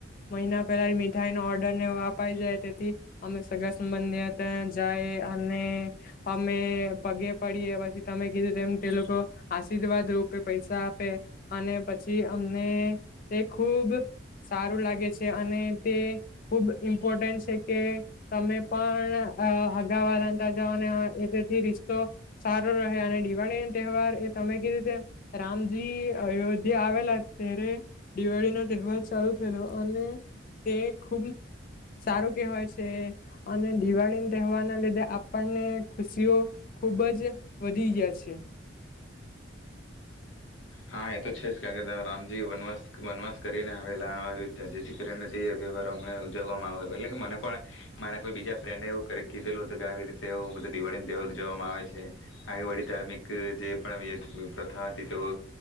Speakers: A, on the left; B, on the left.
A: મહિના પેલા મીઠાઈ ન ઓર્ડર નેવ અપાઈ જાય તેથી અમે સગા સંબંધી ત્યાં જાય અને અમે પગે પડીએ પછી તમે કીધું તે લોકો આશીર્વાદ રૂપે પૈસા આપે અને પછી અમને એ ખુબ સારું લાગે છે અને તે ખુબ ઇમ્પોર્ટન્ટ છે કે તમે પણ હગાવા રાતા જઓ અને એ તેથી રિશતો સારો રહે અને દિવાળીનો તહેવાર એ તમે કેવી રીતે રામજી અયોધ્યા આવેલા ત્યારે દિવાળીનો તહેવાર સારું થયેલું અને તે ખૂબ સારું કેહેવાય છે. અને દિવાળી તહેવારના લીધે આપણને ખુશીઓ ખુબ જ વધી ગ્યા છે.
B: હા એ તો છે જ. કારણ કે ત રામજી વનવાસ વનવાસ કરીને આવેલા અયોધ્યા, જેથી કરીને તે વ્યવહાર હમને ઉજવવામાં આવ્યો. એટલે કે મને પણ મારા કોઈ બીજા ફ્રેન્ડે એવું કીધેલું હતું, કે આવી રીતે એવું બધું દિવાળીન તહેવાર ઉજવવામાં આવે છે. આવી બધી ધાર્મિક જે પણ પ્રથા હતી તેઓ